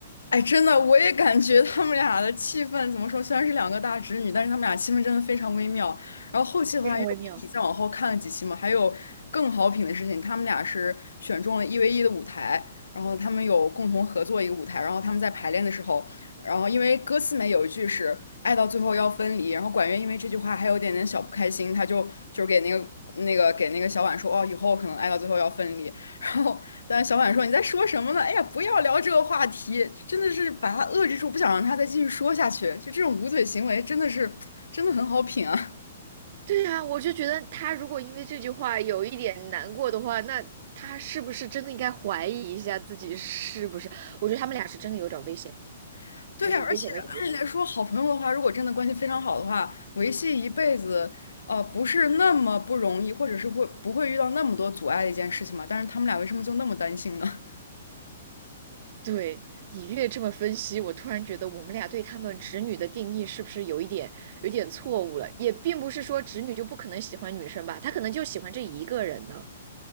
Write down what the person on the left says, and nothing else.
哎，真的，我也感觉他们俩的气氛怎么说？虽然是两个大侄女，但是他们俩气氛真的非常微妙。然后后期的话，
因为我一起再往后看了几期嘛，还有更好品的事情，他们俩是选中了一 v 一的舞台，然后他们有共同合作一个舞台，然后他们在排练的时候，然后因为歌词里面有一句是“爱到最后要分离”，然后管乐因为这句话还有点点小不开心，他就就给那个那个给那个小婉说：“哦，以后可能爱到最后要分离。”然后但小婉说：“你在说什么呢？哎呀，不要聊这个话题，真的是把他遏制住，不想让他再继续说下去。就这种捂嘴行为，真的是真的很好品啊。
<laughs> 对呀，
而且按理来说，
好朋友的话，如果真的关系非常好的话，维系一辈子，呃，不是那么不容易，或者是会不会遇到那么多阻碍的一件事情嘛？但是他们俩为什么就那么担心呢？”